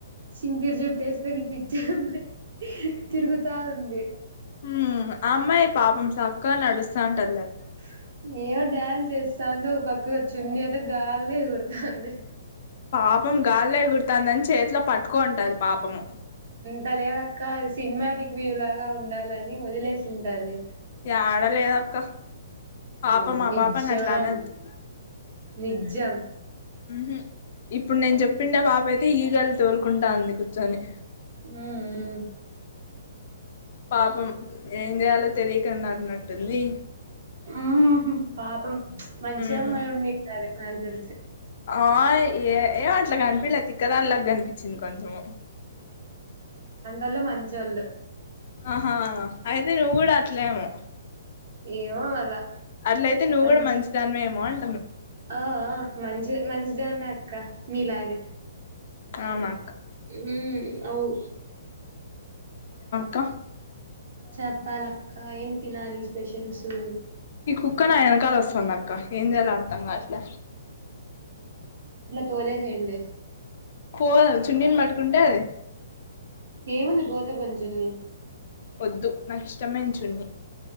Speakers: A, on the right; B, on the left.
A: చింపిరు జుట్టు వేసుకొని పిచ్చామే తిరుగుతా ఉంది
B: హూ అమ్మాయి పాపం అక్కా నడుస్తాంటల్ల
A: <inaudible> ఏవో డ్యాన్స్ చేస్తాంది ఒక పక్క చున్నీ అయితే గాలి ఎగురుతంది
B: పాపం గాల్లో ఎగురుతందని చేతిలో పట్టుకోంటది పాపము
A: తెలియదక్క అది సినిమాటిక్ వ్యూ లాగా ఉండాలని వదిలేసింటది
B: యాడ లేదక్క పాపం
A: హూ
B: ఆ
A: నిజ్జం
B: పాపని అట్లా అనద్దు
A: నిజ్జం
B: ఉహూ ఇప్పుడు నేను చెప్పిండ పాపయితే అయితే ఈగలు తోలుకుంటా అంది కూర్చొని
A: ఉమ్
B: పాపం ఏం చేయాలో తెలియకుండా అంటున్నట్టు టుంది
A: ఊహు పాప ఉ మంచి
B: ఉమ్
A: అమ్మాయి ఉందింటదీ నాక్ తెలిసి
B: ఆ ఏ ఏం అట్లా కనిపిలే తిక్కదాని లాగా కనిపించింది కొంచం
A: అల మంచోలూ
B: ఆహా అయితే నువ్వు కూడా అట్లేమో
A: ఏమో మళ్ళా
B: అట్లయితే నువ్వు
A: మంచి
B: కూడా మంచిదానివేమో <inaudible>
A: ఆ ఆ మంచిగ మంచిదానే అక్క మీలాగే
B: అవునా
A: మ్మ్ అవ్వు
B: క్క
A: చెప్పాలక్క ఏం తినాలి స్పెషల్సు
B: ఈ కుక్క నా వెనకాల వస్తాంధక్క ఏం చేయాలో అర్తంగావట్ల
A: తొలేసేయండి
B: పోవవి చున్నీని పట్టుకుంటే అవి
A: ఏముంది పోతే పోనీ చున్నీ
B: వద్దు నాకు ఇష్టమైన చున్నీ